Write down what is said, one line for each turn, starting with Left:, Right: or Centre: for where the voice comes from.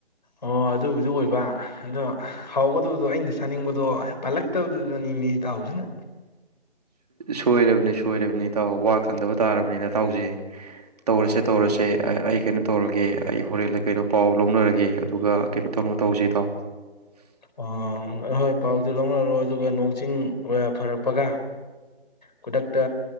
Left: ꯑꯣ ꯑꯗꯨꯕꯨꯗꯨ ꯑꯣꯏꯕ ꯑꯗꯣ ꯍꯥꯎꯒꯗꯕꯗꯣ ꯑꯩꯅ ꯆꯥꯅꯤꯡꯕꯗꯣ ꯄꯥꯂꯛ ꯇꯧꯗꯗꯅꯅꯤ ꯃꯤ ꯇꯥꯎꯁꯤꯅ
Right: ꯁꯣꯏꯔꯕꯅꯤ ꯁꯣꯏꯔꯕꯅꯤ ꯇꯥꯎ ꯋꯥ ꯈꯪꯗꯕ ꯇꯥꯔꯕꯅꯤꯅ ꯇꯥꯎꯁꯦ ꯇꯧꯔꯁꯦ ꯇꯧꯔꯁꯦ ꯑꯩ ꯀꯩꯅꯣ ꯇꯧꯔꯒꯦ ꯑꯩ ꯍꯣꯔꯦꯟꯗ ꯀꯩꯅꯣ ꯄꯥꯎ ꯂꯧꯅꯔꯒꯦ ꯑꯗꯨꯒ ꯀꯩꯅꯣ ꯇꯧꯅꯣ ꯇꯧꯖꯩ ꯇꯣ
Left: ꯑꯣ ꯑꯩꯣꯏ ꯄꯥꯎꯗꯨ ꯂꯧꯅꯔꯣ ꯑꯗꯨꯒ ꯅꯣꯡ ꯆꯤꯡ ꯐꯔꯛꯄꯒ
Right: <inaudible>
Left: ꯈꯨꯗꯛꯇ